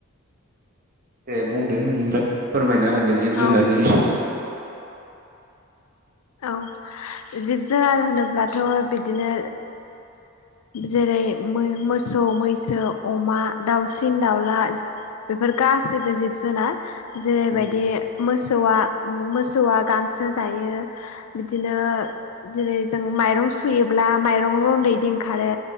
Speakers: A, on the right (about 40°); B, on the left (about 80°).
A: दे बुंदो, नोंनिफ्राय फोरमायना होदो, जिब-जुनारनि
B: औ
A: बिस
B: औ जिब-जुनार होनोब्लाथ' बिदिनो जेरै मोसौ, मैसो, अमा, दाउसिन-दाउला बेफोर गासिबो जिब-जुनार जेरैबायदि
A: उम
B: मोसौआ मोसौआ गांसो जायो बिदिनो जेरै- जों माइरं सुयोब्ला माइरं रन्दैदि ओंखारो